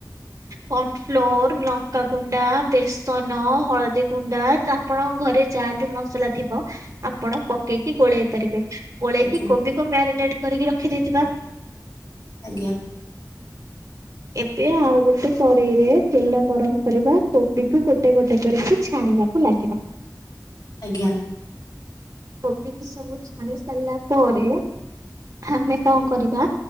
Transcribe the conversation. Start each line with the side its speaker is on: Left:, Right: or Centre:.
Right: କନଫ୍ଲୋର ଲଙ୍କାଗୁଣ୍ଡା ବେସନ ହଳଦୀ ଗୁଣ୍ଡା ତା ଆପଣଙ୍କ ଘରେ ଯାହାବି ମସଲା ଥିବ ଆପଣ ପକେଇକି ଗୋଳେଇ ପାରିବେ ଗୋଳେଇକି
Left: ଆଜ୍ଞା।
Right: କୋବିକୁ ମ୍ୟାରିନେଟ କରିକି ରଖି ଦେଇଥିବା।
Left: ଆଜ୍ଞା।
Right: ଏବେ ଆଉ ଗୋଟେ କରେଇରେ
Left: ଆଜ୍ଞା।
Right: ତେଲ ଗରମ କରିବା କୋବିକୁୁ ଗୋଟେ ଗୋଟେ କରିକି ଛାଣିବା କୁ ଲାଗିବା
Left: ଆଜ୍ଞା।
Right: କୋବି କୁ ସବୁ ଛାଣି ସାରିଲା ପରେ। ଆମେ କଣ କରିବା